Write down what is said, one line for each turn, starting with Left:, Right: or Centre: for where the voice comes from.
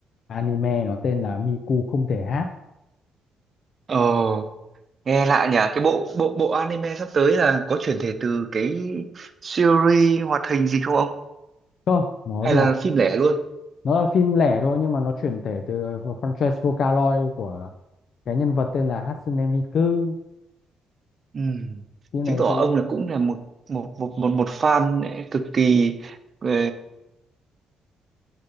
Left: anime nó tên là Miku không thể hát.
Right: Ồ, nghe lạ nhỉ. Cái bộ bộ bộ anime sắp tới là có chuyển thể từ cái series hoạt hình gì không ông?
Left: Không, nó
Right: Hay
Left: là
Right: là phim lẻ luôn?
Left: nó là phim lẻ thôi nhưng mà nó chuyển thể từ franchise Vocaloid của cái nhân vật tên là Hatsune Miku.
Right: Ừm,
Left: Phim
Right: Chứng
Left: này
Right: tỏ ông
Left: tôi
Right: là cũng là một một một một, một fan eh, cực kỳ ờ,